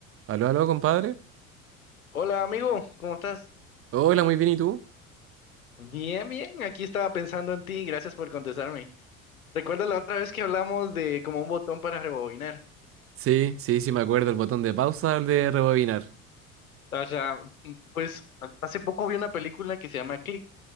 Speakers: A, on the right; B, on the left.
A: Aló, aló, compadre.
B: Hola amigo, ¿cómo estás?
A: Hola, muy bien, ¿y tú?
B: Bien, bien, aquí estaba pensando en ti, gracias por contestarme. ¿Recuerdas la otra vez que hablamos de como un botón para rebobinar?
A: Sí, sí, sí, me acuerdo, el botón de pausa, el de rebobinar.
B: O sea, mm, pues a- hace poco vi una película que se llama Click